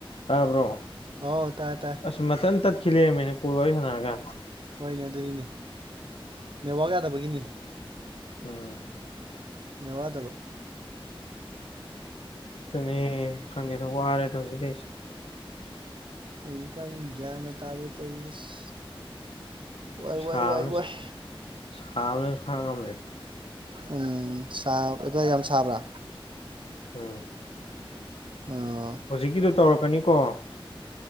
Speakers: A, on the left; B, on the right.
A: ꯇꯥꯕ꯭ꯔꯣ
B: ꯑꯧ ꯇꯥꯏ ꯇꯥꯏ
A: ꯑꯁ ꯃꯊꯟ ꯇꯠꯈꯤ ꯂꯩꯔꯝꯃꯦꯅꯦ ꯀꯣꯜ ꯋꯥꯔꯤ ꯁꯥꯟꯅꯔꯒ
B: ꯍꯣꯏꯅꯦ ꯑꯗꯨꯗꯤꯅꯦ ꯅꯦꯠꯋꯥꯛ ꯌꯥꯗꯕꯒꯤꯅꯤ
A: ꯎꯝ
B: ꯅꯦꯠꯋꯥꯛ ꯌꯥꯗꯕ
A: ꯑꯗꯨꯅꯦ ꯈꯪꯗꯦꯗꯥ ꯋꯥꯔꯦꯗꯥ ꯍꯧꯖꯤꯛ ꯂꯩꯁꯦ
B: ꯍꯧꯖꯤꯛꯀ ꯒ꯭ꯌꯥꯟꯒ ꯇꯥꯗꯦ ꯇꯧꯏꯕꯁ ꯋꯥꯏ
A: ꯁꯥꯕꯅ
B: ꯋꯥꯏ ꯋꯥꯏ ꯋꯥꯏ
A: ꯁꯥꯕꯅ ꯈꯥꯡ ꯉꯝꯗ꯭ꯔꯦ
B: ꯎꯝ ꯁꯥ ꯑꯗ꯭ꯋꯥꯏ ꯌꯥꯝ ꯁꯥꯕ꯭ꯔ
A: ꯎꯝ
B: ꯑꯣ
A: ꯍꯧꯖꯤꯛꯀꯤꯗꯣ ꯇꯧꯔꯛꯀꯅꯤꯀꯣ